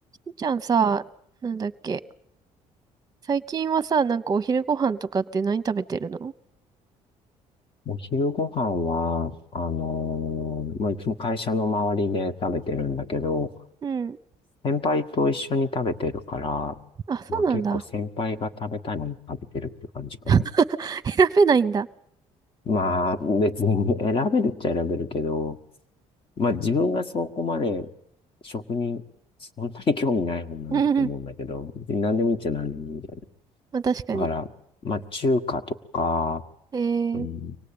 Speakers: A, on the right; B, on the left.
A: みーちゃんさ、なんだっけ。最近はさ、なんかお昼ご飯とかって何食べてるの
B: お昼ご飯は、あのーまあ、いつも会社の周りで食べてるんだけど、
A: うん。
B: 先輩と一緒に食べてるから、
A: あ、そうなんだ。
B: まあ、結構先輩が食べたいもの食べてるって感じかな。
A: <laughs> 選べないんだ。
B: まあ、別に <laughs> 選べるっちゃ選べるけど、まあ、自分がそこまで食に、そんなに興味ない方なんだと思うんだけど、
A: うんうん。
B: 別に何でもいいっちゃ何でもいいんだよね。
A: <laughs> まあ確かに。
B: だから、まあ、中華とか、
A: えー、
B: うん、